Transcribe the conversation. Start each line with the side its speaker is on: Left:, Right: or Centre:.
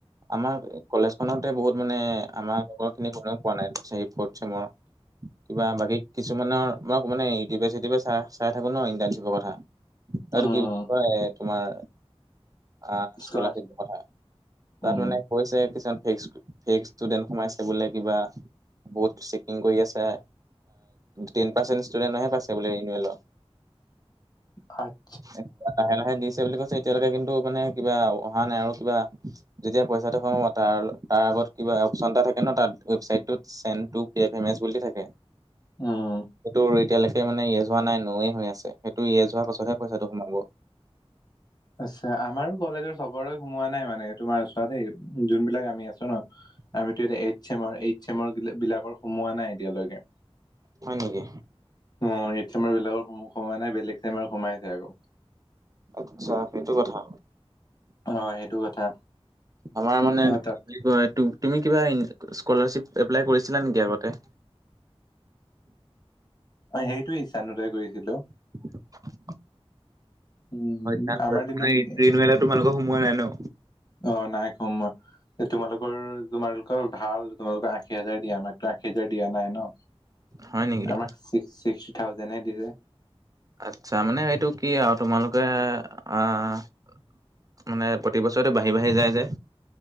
Right: আমাৰ কলেজখনতে বহুত মানে আমাৰ লগৰ খিনি কোনেও পোৱা নাই থ্ৰি ফৰ্থ চেমৰ। কিবা বাকী কিছুমানৰ মই মানে ইউটিউবে-চিটিউবে চাই চাই থাকো ন ইণ কথা এইটো
Left: উম,
Right: কি বুলি কয় তোমাৰ আহ স্কলাৰিপতৰ
Left: স্কলাৰশ্বিপ
Right: কথা। তাত
Left: উম,
Right: মানে কৈছে কিছুমান ফেক ফে ষ্টুডেণ্ট সোমাইছে বোলে কিবা বহুত চেকিং কৰি আছে, টেন পাৰ্চেন্ট ষ্টুডেন্টহে পাইছে বোল ৰিনিউলৰ।
Left: <inaudible>
Right: এয়া লাহে লাহে দিছে বুলি কৈছে এতিয়ালৈকে কিন্তু মানে কিবা অহা নাই আৰু কিবা যেতিয়া পইচাটো সোমাব তাৰ তাৰ আগত কিবা অপশচন এটা থাকে ন তাৰ ৱেবচাইটোত। চেট টু পে পেমেণ্ট বুলি থাকে।
Left: উম,
Right: সেইটো এতিয়ালৈকে মানে ইয়েজ হোৱা নাই, নয়ে হৈ আছে। সেইটো ইয়েজ হোৱা পাছতহে পইচাটো সোমাব।
Left: আচ্ছা আমাৰো কলেজৰ চবৰে সোমোৱা নাই মানে তোমাৰ চোবেই যোনবিলাক আমি আছো ন।
Right: <unintelligible>
Left: আমিতো এতিয়া এইট চেমৰ এইট চেমৰ বিলাক সোমোৱা নাই এতিয়ালৈকে।
Right: হয় নেকি?
Left: অ এইট চেমাৰ বিলাকৰ সোমোৱা নাই বেলেগ চেমাৰ সোমাই আছে আৰু।
Right: আচ্ছা সেইটো কথা।
Left: অ সেইটো কথা।
Right: আমাৰ মানে
Left: অ, তাত
Right: কি কয় তু-তুমি কিবা স্কলাৰ্বিপ এপ্লাই কৰিছিলা নেকি আগতে?
Left: অ সেইটোয়ে <unintelligible> কৰিছিলো।
Right: <unintelligible>
Left: উম,
Right: তোমালোকৰ
Left: আমাৰ দিনত
Right: সোমোৱা নাই ন।
Left: অ নাই সোমোৱা। তোমালোকৰ তোমালোকৰ ভাল তোমালোকৰ আশী হাজাৰ দিয়ে। আমাকতো আশী হাজাৰ দিয়া নাই ন।
Right: হয় নেকি?
Left: আমাক ছিক-ছিক্সটি থাউজেন হে দিছে।
Right: আচ্ছা মানে সেইটো কি আৰু তোমালোকে আহ মানে প্ৰতিবছৰে বাঢ়ি বাঢ়ি যায় যে।